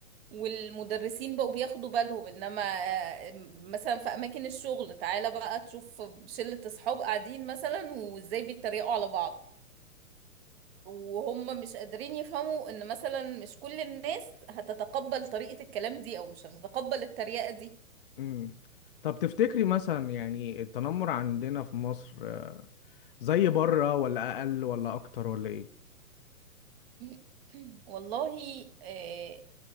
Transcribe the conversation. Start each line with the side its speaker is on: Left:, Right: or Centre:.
Right: والمدرسين بقوا بياخدوا بالهم انما آه، مثلا في اماكن الشغل تعالى بقى تشوف شلة اصحاب قاعدين مثلا وازاي بيتريقوا على بعض وهم مش قادرين يفهموا ان مثلا مش كل الناس هتتقبل طريقة الكلام دي او مش هتتقبل التريقة دي
Left: امم طب تفتكري مثلا يعني التنمر عندنا في مصر آه، زي بره ولا اقل ولا اكتر ولا ايه
Right: <clears throat> والله آه،